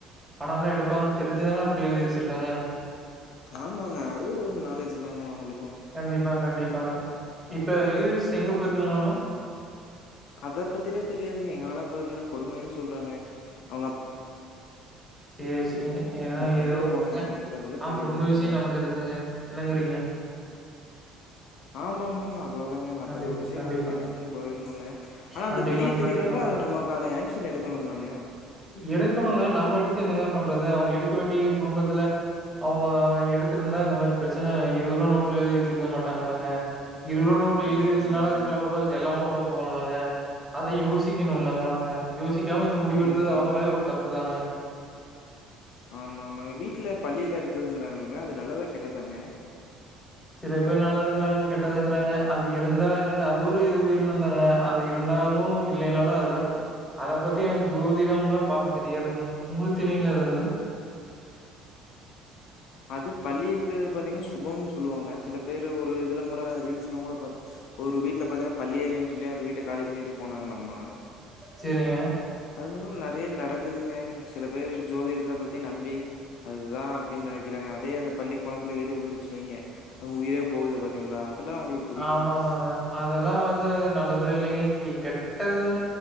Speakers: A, in the centre; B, on the left.
A: பணலா எடுப்பாங்கன் தெரிஞ்சி தான அப்டி எழுதி வச்சிருக்காங்க
B: ஆமாங்க அது ஒரு நாலேஜ் தாங்க அவுங்குளுக்கு
A: கண்டிப்பாங் கண்டிப்பாங்க இப்ப எழுதி வச்சிட்டு எங்க போயிருக்காங்களாமா
B: அத பத்திலா தெரியாதுங்க எங்க வேணா போயிருக்கலா கொடுமைன் சொல்றாங்க அவங்க
A: சேரி சேரி எதோ
B: எங்க
A: எதோ
B: வேணா
A: ஒன்னுங்க
B: போவாங்க நம்மளுக்கு அதெல்லாம்
A: அவங்க
B: தெரியல
A: குடும்ப
B: இல்லங்க
A: விஷ்யோ நமக்கு எதுக்குங்க என்னங்குறிங்க
B: ஆமா ஆமாங்க அவ்ளதாங்க மத்தவங்க
A: கண்டிப்பா,
B: விஷ்யோ
A: கண்டிப்பாங்க.
B: நம்ளுக்கு எதுக்குன் போயிருனுங்க ஆனா
A: கண்டிப்பாங்க,
B: அது வெளிய தெரிறப்ப
A: கண்டிப்பாங்க.
B: அத நம்மக்கான ஆக்சன் எடுக்கணும்லங்க
A: எடுக்கணுங்க நம்ம எடுத்து என்னங்க பண்றது அவங்க எடுக்க வேண்டிய குடும்பத்துல அவங்க எடுத்துருந்தா இந்த மாரி பிரச்சன இருவருவா நோட்ல எழுதி வச்சிருக்க மாட்டாங்கல்லங்க இருவருவா நோட் எழுதி
B: ஆமாமாங்க.
A: வச்சனால சில பக்கோ செல்லாம கூட போலாங்க அதையு யோசிக்கணு இல்லங்க அவுங்க யோசிக்காம இந்த முடிவு எடுத்தது
B: ம்.
A: அவங்க மேலயு ஒரு தப்பு தாங்க
B: ஆமா ஆமாங்க வீட்ல பல்லிலா இருக்குதுங்றாங்கல்லங்க அது நல்லாதா கெட்டதாங்க
A: சில பேர் நல்லாதுங்றாங்க கெட்டதுங்றாங்க அது இருந்தா என்னங்க அது ஒரு இது உயிரின தாங்க அது இருந்தாலு இல்லைனாலு அதலா அத பத்தி எனக்கு ஜோதிடம்லா பாக்க தெரியாதுங்க உங்ளுக்கு தெரியுங்ளா எதாது
B: அது பல்லி இருக்கறது பாத்திங்னா சுபம்னு சொல்லுவாங்க சில பேர் ஒரு இதுல கூட ரீல்ஸ்லா கூட பா ஒரு வீட்ல பாத்தனா பல்லியே இல்லைன் சொல்லி அந்த வீட்ட காலி பண்ணிட்டு போனாங்கலாமா
A: செரிங்க
B: அது ன்னு நெறைய நடக்குதுங்க சில பேர் ஜோதிடத்த பத்தி நம்பி அதுதா அப்டின் நெனைக்கிறேங்க அதே அந்த பல்லி கொழம்புல இது விழுந்துச்சுன் வைங்க உயிரே போகுது பாத்திங்ளா அதலா உங்குளுக்கு
A: ஆமாமாங்க அதலா வந்து நல்லது இல்லைங்க கே கெட்டது